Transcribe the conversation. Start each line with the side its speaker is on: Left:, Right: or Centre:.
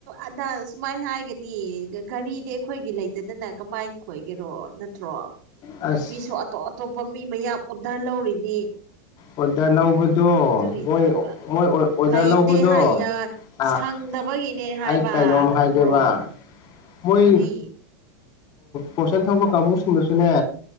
Right: ꯑꯗꯥ ꯁꯨꯃꯥꯏꯅ ꯍꯥꯏꯒꯅꯤ ꯒꯔꯤꯗꯤ ꯑꯩꯈꯣꯏꯒꯤ ꯂꯩꯇꯅꯅ ꯀꯃꯥꯏ ꯈꯣꯏꯒꯦꯔꯣ ꯅꯠꯇ꯭ꯔꯣ
Left: ꯑꯁ
Right: ꯃꯤꯁꯨ ꯑꯇꯣꯞ ꯑꯇꯣꯞꯄ ꯃꯤ ꯃꯌꯥꯝ ꯎꯟꯙꯔ ꯂꯨꯔꯤꯅꯤ
Left: ꯑꯣꯗꯔ ꯂꯧꯕ ꯗꯣꯏ
Right: ꯑꯗꯨꯒꯤꯅꯦꯕ
Left: ꯃꯣꯏ ꯑꯣꯗꯔ
Right: ꯂꯩꯇꯦ
Left: ꯂꯧꯕꯗꯣ
Right: ꯍꯥꯏꯌꯦ
Left: ꯑ
Right: ꯁꯪꯗꯕꯒꯤꯅꯦ ꯍꯥꯏꯕ
Left: ꯀꯩꯅꯣꯝ
Right: ꯈꯪꯕ꯭ꯔꯣ
Left: ꯍꯥꯏꯒꯦꯕ ꯃꯣꯏ
Right: ꯀꯔꯤ
Left: ꯄꯣꯠꯆꯟ ꯊꯄ ꯀꯥꯡꯕꯨꯁꯤꯡꯗꯨꯁꯨꯅꯦ